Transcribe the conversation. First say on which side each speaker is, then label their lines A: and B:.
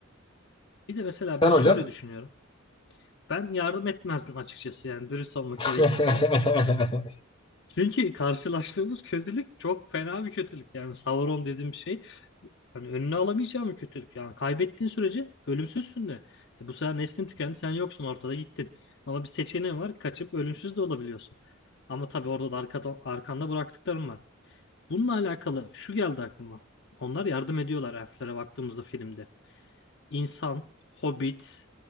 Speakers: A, on the left; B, on the left.
A: Bir de mesela
B: Sen
A: ben
B: hocam?
A: şöyle düşünüyorum. Ben yardım etmezdim açıkçası yani dürüst olmak
B: <laughs>
A: gerekirse. Çünkü karşılaştığımız kötülük çok fena bir kötülük. Yani Sauron dediğim şey hani önüne alamayacağım bir kötülük. Yani kaybettiğin sürece ölümsüzsün de. E bu sefer neslin tükendi sen yoksun ortada gittin. Ama bir seçeneğin var kaçıp ölümsüz de olabiliyorsun. Ama tabii orada da arkada, arkanda bıraktıklarım var. Bununla alakalı şu geldi aklıma. Onlar yardım ediyorlar elflere baktığımızda filmde. İnsan, hobbit,